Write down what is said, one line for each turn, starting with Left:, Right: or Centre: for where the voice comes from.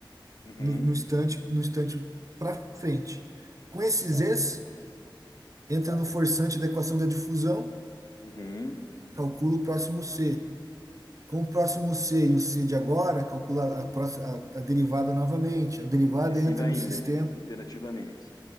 Left: uhum,
Right: no, no instante, no instante para frente. Com esses
Left: tá,
Right: Es, entra
Left: tá.
Right: no forçante da equação da difusão,
Left: Uhum.
Right: calcula o próximo C. Com o próximo C e o C de agora, calcula a, próxima, a, a derivada novamente. A derivada
Left: E assim
Right: entra
Left: vai
Right: no sistema.
Left: indo, interativamente.